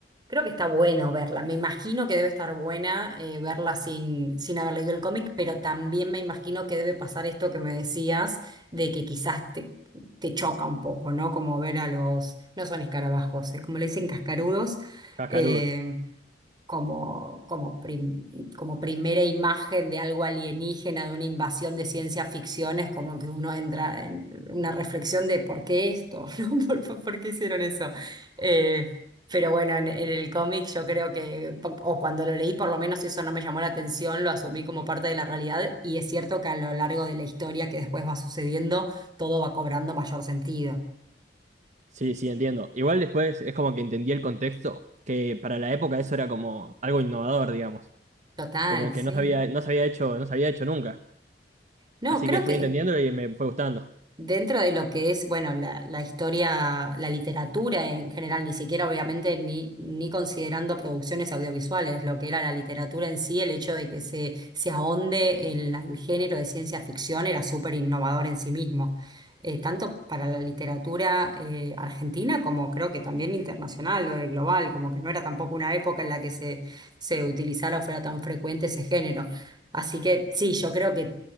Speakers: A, on the right; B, on the right.
A: creo que está bueno verla. Me imagino que debe estar buena eh, verla sin, sin haber leído el cómic, pero también me imagino que debe pasar esto que me decías, de que quizás te, te choca un poco, ¿no? Como ver a los, no son escarabajos, eh, como le dicen cascarudos,
B: Cascarudos.
A: em, como, como, prim- como primera imagen de algo alienígena, de una invasión de ciencia ficción, es como que uno entra en una reflexión de por qué esto, <laughs> ¿no? ¿Por, por- por qué hicieron eso? Eh, pero bueno, en, en el cómic yo creo que, o cuando lo leí por lo menos eso no me llamó la atención, lo asumí como parte de la realidad y es cierto que a lo largo de la historia que después va sucediendo, todo va cobrando mayor sentido.
B: Sí, sí, entiendo. Igual después es como que entendí el contexto, que para la época eso era como algo innovador, digamos.
A: Total,
B: como que
A: sí.
B: no se había, no se había hecho, no se había hecho nunca.
A: No,
B: Así
A: creo
B: que fui
A: que,
B: entendiéndolo y me fue gustando.
A: Dentro de lo que es, bueno, la, la historia, la literatura en general, ni siquiera obviamente ni, ni considerando producciones audiovisuales, lo que era la literatura en sí, el hecho de que se, se ahonde en la- el género de ciencia ficción era súper innovador en sí mismo, Eh, tanto para la literatura eh, argentina como creo que también internacional o eh, global, como que no era tampoco una época en la que se, se utilizara o fuera tan frecuente ese género. Así que sí, yo creo que